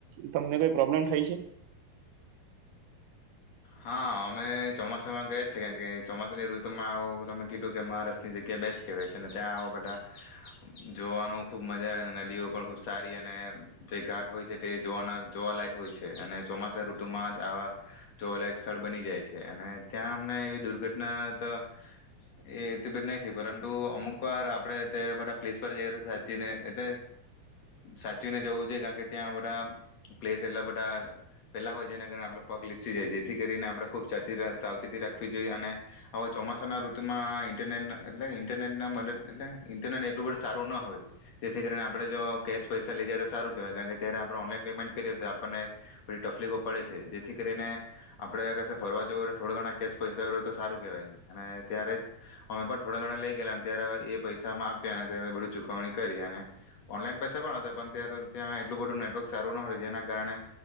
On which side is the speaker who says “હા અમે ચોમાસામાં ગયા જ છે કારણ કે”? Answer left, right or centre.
Left